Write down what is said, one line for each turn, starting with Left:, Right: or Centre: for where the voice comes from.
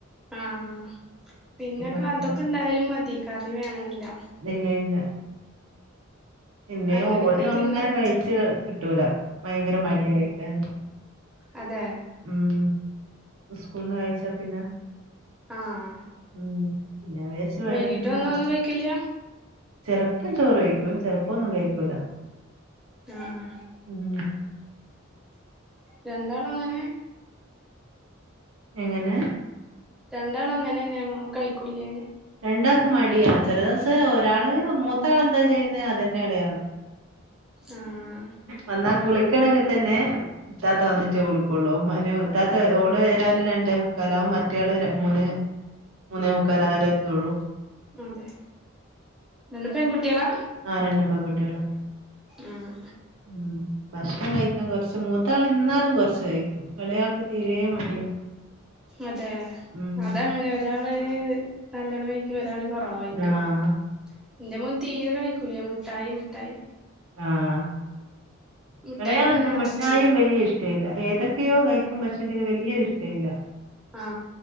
Centre: ആഹ് പിന്നെ കാതൊക്കെ
Right: ഒക്കെ
Centre: ഇണ്ടായാലും മതി കറി വേണംന്നില്ല
Right: ഇല്ലയില്ല പിന്നെ
Centre: അങ്ങനൊക്കെ
Right: ഓരു
Centre: തിന്നാൻ
Right: അങ്ങനെ
Centre: പറ്റുള്ളൂ
Right: കയ്ച് കിട്ടൂല ഭയങ്കര മടിയാ കയ്ക്കാൻ
Centre: അതേ
Right: ഉം സ്കൂൾന്ന് കഴിച്ചാ പിന്നെ
Centre: ആഹ്
Right: ഉം പിന്നെ വേച്ച് വേട്ടക്കിലാ
Centre: വൈകീട്ട് വന്നാ ഒന്നും കഴിക്കില്ല
Right: ചെലപ്പം ചോറ് കയ്ക്കും ചെലപ്പോ ഒന്നും കഴിക്കൂല
Centre: ആഹ് ആഹ്
Right: ഉം
Centre: രണ്ടാളുഅങ്ങനെ
Right: എങ്ങനേ
Centre: രണ്ടാളും അങ്ങനെ തന്നെയാണോ കൈക്കൂല്യേ
Right: രണ്ടാക്കും മടിയാ ചെല ദോസ് ഒരാള് മൂത്താളെന്താ ചെയ്യുന്നെ അതന്നെ എളേയാളും
Centre: ആഹ്
Right: വന്നാ കുളിക്കണെങ്കിത്തന്നെ ഇത്താത്ത വന്നിട്ടേ ഉളിക്കൊള്ളൂ മനു ഇത്താത്ത ഓള് വരാന് രണ്ടേമുക്കാലാവും മറ്റേയാള് മൂന്ന് മൂന്നേമുക്കാലായാലെ എത്തുഒള്ളൂ
Centre: അതെ രണ്ട് പെങ്കുകുട്ടികളാ
Right: ആഹ് രണ്ടും പെങ്കുട്ടികളാ
Centre: ആഹ്
Right: ഊം ഭക്ഷണം കയ്ക്കാൻ കൊറച്ച് മൂത്താള് ഇന്നാലും കൊറച്ച് കയ്ക്കും എളേആക്ക് തീരേ മടിയാ
Centre: അതെ
Right: ഊം
Centre: അതങ്ങനെ ഒരാള് നല്ലോണം കയ്ക്കും ഒരാള് കൊറവായ്ക്കും
Right: ആഹ്
Centre: ൻ്റെമോൻ തീരെ കയ്ക്കൂല്ല മുട്ടായി മിഠായി
Right: ആഹ്
Centre: മിഠായി
Right: എളേയാളും
Centre: തിന്നണ കാരണേ
Right: മിഠായും വെലിയ ഇഷ്ടവില്ല ഏതൊക്കെയോ കയ്ക്കും പക്ഷേങ്കില് വലിയൊരു ഇഷ്ടവില്ല
Centre: ആഹ്